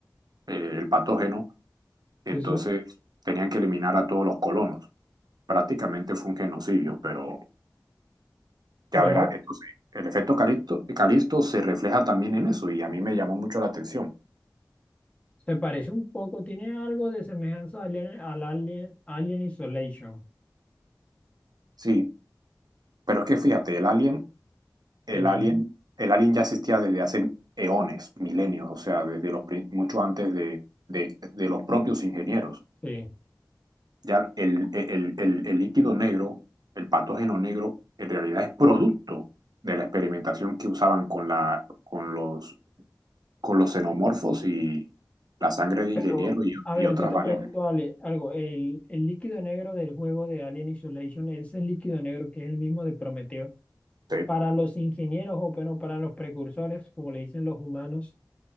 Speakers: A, on the right; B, on the left.
A: eh, el patógeno, entonces
B: sí, sí.
A: tenían que eliminar a todos los colonos. Prácticamente fue un genocidio, pero
B: Bueno,
A: ya verá, entonces el efecto Calixto, Calixto se refleja también en eso y a mí me llamó mucho la atención.
B: Se parece un poco, tiene algo de semejanza al Alien, al Alien, Alien Isolation.
A: Sí, Pero es que
B: ¿sí?
A: fíjate, el alien, el
B: El
A: alien,
B: Alien,
A: el alien ya existía desde hace eones, milenios, o sea, desde los pri- mucho antes de, de- de los propios ingenieros.
B: sí.
A: Ya el, el- el- el líquido negro, el patógeno negro, en realidad es producto de la experimentación que usaban con la, con los, con los xenomorfos y la sangre de
B: Pero,
A: ingeniero y,
B: a
A: y
B: ver,
A: otras
B: yo te
A: variables.
B: pregunto Ale, algo. El, el líquido negro del juego de Alien Isolation, ese líquido negro que es el mismo de Prometeo,
A: Sí,
B: para los ingenieros o bueno, para los precursores, como le dicen los humanos,